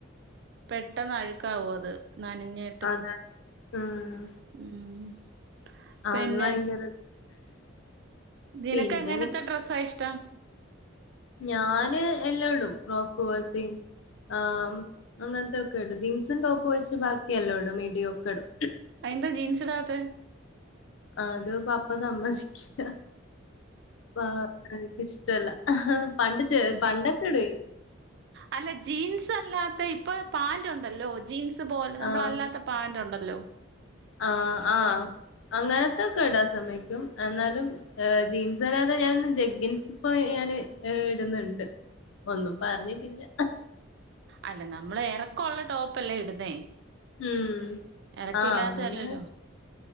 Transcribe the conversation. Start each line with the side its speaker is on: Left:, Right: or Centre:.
Right: പെട്ടെന്ന് അഴക്ക് ക്കവും അത് നനഞ്ഞ്
Left: അത ഉംമ്
Right: ഉം
Left: ആഹ്
Right: പിന്നെ
Left: അത് ഭയങ്കര
Right: നിനക്ക്
Left: പിന്നെ
Right: എങ്ങനത്തെ
Left: ഇങ്ങ-
Right: ഡ്രസ്സാ ഇഷ്ടം
Left: ഞാന് എല്ലായിടും ഫ്രോക്ക് പോല്തീം ആഹ് അങ്ങൻത്തൊക്കെടും ജീൻസും ടോപ്പ് ഒയ്ച്ച് ബാക്കിയല്ലോ ഇടും മിഡിയോക്കെടും
Right: അയ്ന്താ ജീൻസിടാത്തെ
Left: അത് പപ്പ സമ്മതിക്കില്ല പ നക്ക് ഇഷ്ടമല്ല പണ്ട്
Right: ജി
Left: പണ്ടൊക്കെ ഇടെരുന്നു
Right: അല്ല ജീൻസ് അല്ലാത്ത ഇപ്പൊ പാന്റ് ഒണ്ടല്ലോ ജീൻസ് പോലെ നമ്മളല്ലാത്ത
Left: ആഹ്
Right: പാന്റൊണ്ടല്ലോ
Left: ആഹ് ആഹ് അങ്ങനത്തൊക്കെ ഇടാൻ സമയ്ക്കും എന്നാലും ജീൻസ് അല്ലാതെ ഞാൻ ജഗ്ഗിൻസ് ഇപ്പോ ഞാന് ഇടുന്നുണ്ട് ഒന്നും പറഞ്ഞിട്ടില്ല
Right: അല്ല നമ്മള് എറക്കം ഒള്ള ടോപ്പ് അല്ലേ ഇടുന്നേ
Left: ഉം
Right: എറക്കം
Left: ആഹ്
Right: ഇല്ലാത്തത്
Left: അങ്ങനെ
Right: അല്ലല്ലോ